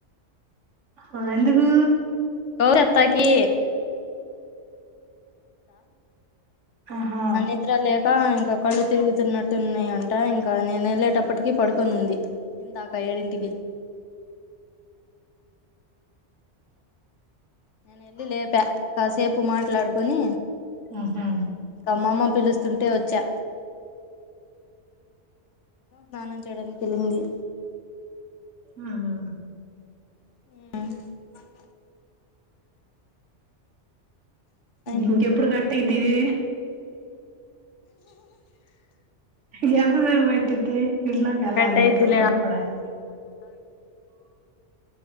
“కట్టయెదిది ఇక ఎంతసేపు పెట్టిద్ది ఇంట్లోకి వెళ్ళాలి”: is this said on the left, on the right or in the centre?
Right